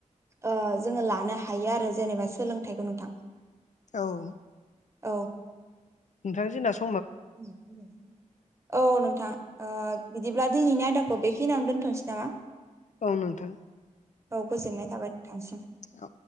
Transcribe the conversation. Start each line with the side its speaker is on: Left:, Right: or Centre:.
Right: ओ जोङो लानो हायो आरो जेनेबा सोलोंथाइखौ नोंथां।
Left: औ
Right: औ
Left: नोंथां जोंना स
Right: <unintelligible> औ नोंथां ओ बिदिब्ला दिनैनि आयदाखौ बेखिनियावनो दोनथ'नोसै नामा?
Left: औ नोंथां।
Right: औ गोजोननाय थाबाय नोंथांनिसिम।
Left: औ